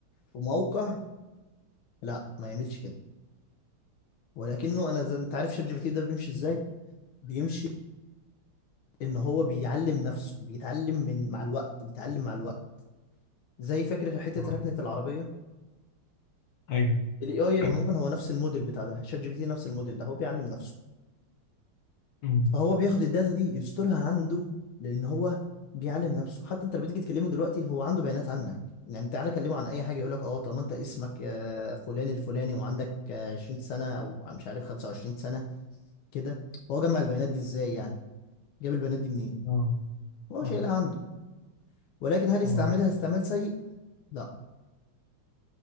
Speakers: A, on the left; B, on the left.
A: في موقع لا ما يعملش كده ولكنه انا زي انت عارف شات جي بي تي ده بيمشي ازاي بيمشي ان هو بيعلم نفسه بيتعلم من مع الوقت بيتعلم مع الوقت زي فكرة حتة
B: اه
A: ركنة العربية
B: ايوه
A: ال AI عموما
B: <clears throat>
A: هو نفس الموديل بتاع ده شات جي بي تي نفس الموديل ده هو بيعلم نفسه
B: أمم،
A: فهو بياخد الداتا دي يسترها عنده لأن هو بيعلم نفسه حتى انت لما تيجي تكلمه دلوقتي هو عنده بيانات عنك يعني تعالى كلمه عن اي حاجه يقول لك اه طالما انت اسمك آه، فلان الفلاني وعندك آه، 20 سنه او مش عارف 25 سنه كده فهو جمع البيانات دي ازاي يعني جاب البيانات دي منين
B: اه
A: هو
B: صح
A: شايلها عنده ولكن هل يستعملها
B: اه
A: استعمال سيء لا